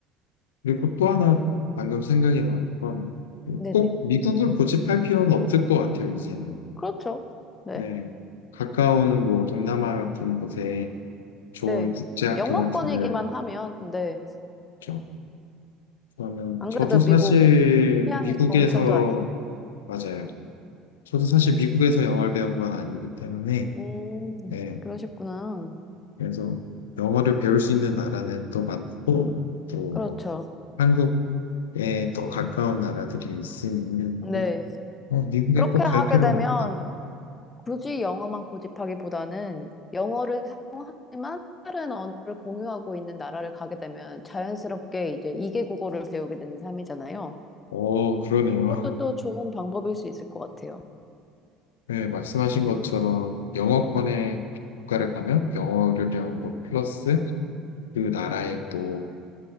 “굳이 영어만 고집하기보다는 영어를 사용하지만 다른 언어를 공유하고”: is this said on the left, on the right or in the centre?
Left